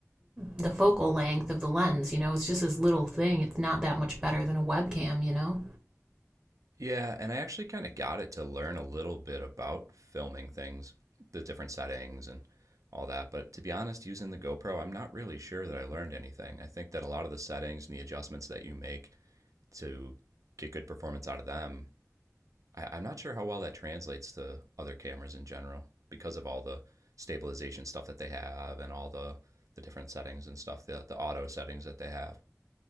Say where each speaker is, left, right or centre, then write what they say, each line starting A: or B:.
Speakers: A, on the right (about 25°); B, on the right (about 85°).
A: the focal length of the lens, you know, it's just this little thing. It's not that much better than a webcam, you know?
B: Yeah, and I actually kind of got it to learn a little bit about filming things, the different settings and all that. But to be honest, using the GoPro, I'm not really sure that I learned anything. I think that a lot of the settings and the adjustments that you make to get good performance out of them, I, I'm not sure how well that translates to other cameras in general because of all the stabilization stuff that they have and all the the different settings and stuff, the the auto settings that they have.